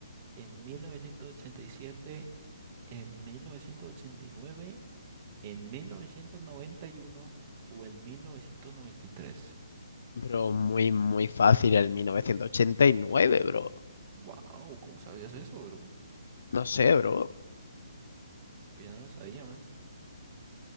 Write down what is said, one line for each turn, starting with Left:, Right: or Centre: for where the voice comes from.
Right: en 1987, en 1989, en 1991 o en 1993.
Left: Bro, muy, muy fácil el 1989, bro.
Right: Wow, ¿cómo sabías eso, bro?
Left: No sé, bro.
Right: Pues ya no lo sabía, man.